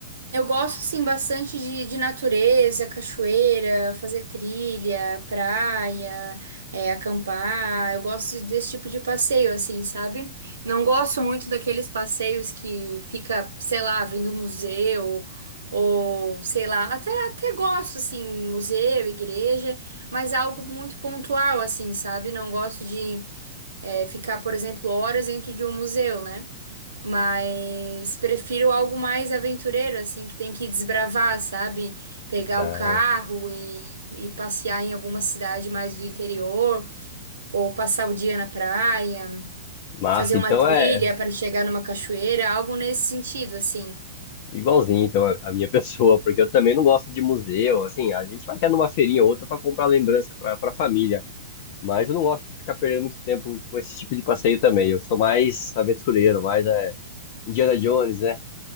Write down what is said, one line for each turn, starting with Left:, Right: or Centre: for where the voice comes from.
Right: Eu gosto, sim, bastante de, de natureza, cachoeira, fazer trilha, praia, é, acampar. Eu gosto de- desse tipo de passeio, assim, sabe? Não gosto muito daqueles passeios que fica, sei lá, vindo museu, ou sei lá, até, até gosto, assim, museu, igreja, mas algo muito pontual, assim, sabe? Não gosto de, é, ficar, por exemplo, horas dentro de um museu, né? Mas prefiro algo mais aventureiro, assim, que tem que desbravar, sabe? Pegar
Left: Ah,
Right: o carro e, e passear em alguma cidade mais do interior, ou passar o dia na praia,
Left: massa,
Right: fazer uma
Left: então
Right: trilha
Left: é
Right: para chegar numa cachoeira, algo nesse sentido, assim.
Left: igualzinho então, a a minha <laughs> pessoa, porque eu também não gosto de museu, assim, a gente vai até numa feirinha ou outra para comprar lembrança para pra família, mas eu não gosto de ficar perdendo muito tempo com esse tipo de passeio também. Eu sou mais aventureiro, mais é, Indiana Jones, né?